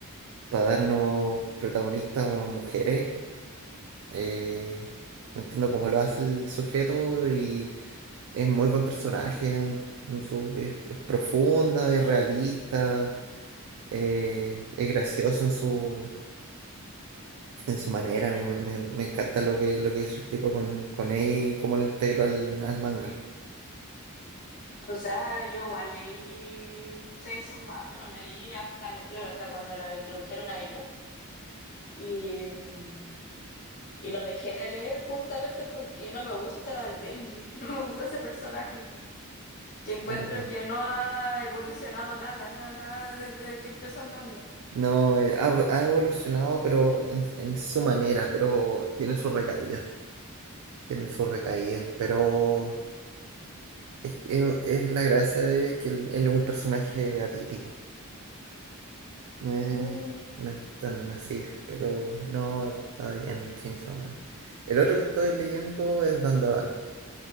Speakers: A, on the right; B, on the left.
A: darnos protagonistas mujeres. Eh, no entiendo cómo lo hace el sujeto y es muy buen personaje. en- en su, es, es profunda, es realista, eh, es gracioso en su, en su manera. A mí me, me- me encanta lo que, lo que hizo el tipo con, con ella y cómo lo integró al, al manga.
B: O sea, yo igual leí Chainsaw Man, pero leí hasta, claro, hasta cuando lo introdujeron a ellos. Y, mm, y lo dejé de leer justamente porque no me gusta el Denji, <laughs> no me gusta ese personaje, que encuentro
A: <laughs>
B: que no ha evolucionado nada, nada, nada desde que empezó el manga.
A: No, eh, ha, ha evolucionado, pero en, en su manera, pero tiene sus recaídas, tiene sus recaídas, pero es, que- es la gracia de que él, él es un personaje atípico, no es,
B: Mm,
A: no es tan así, pero no, está bien Chainsaw Man. El otro que estoy leyendo es Dandadan,